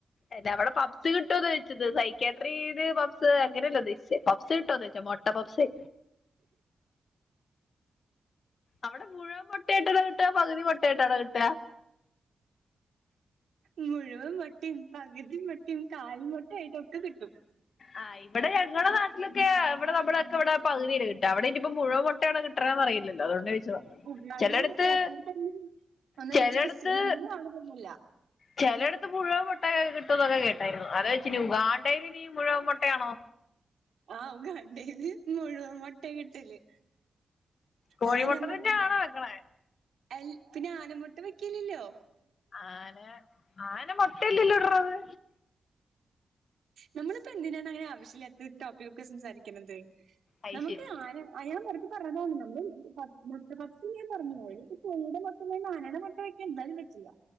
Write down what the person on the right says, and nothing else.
മുഴുവൻ മുട്ടയും പകുതിമുട്ടയും കാൽമുട്ടയൊടക്കെ ആയിട്ട് കിട്ടും.
ഉഗാണ്ടാന്ന്
കേട്ടാൽ തന്നെ ഒന്നാലോചിച്ചോക്ക്
നമ്മുടെ അവിടെ തന്നെയല്ല
ആ ഉഗാണ്ടേയില് മുഴുവൻ മൊട്ട കിട്ടല്.
അതാ ഞാൻ പറയ്ന്നെ.
എല് പിന്നെ ആന മുട്ട വെക്കിലല്ലോ?
നമ്മളിപ്പോ എന്തിനാണ് അങ്ങനെ ആവശ്യമില്ലാത്ത ടോപ്പിക് ഒക്കെ സംസാരിക്കുന്നത്.
നമുക്ക്
ആന അ ഞാൻ വേർതെ പറയതാണ് നമ്മള് മൊട്ടപപ്പ്സ് ഞാൻ പറഞ്ഞു ഇപ്പ കോഴിയുടെ അ ആനടെ മുട്ട വെക്കാ എന്തായാലും പറ്റില്ല.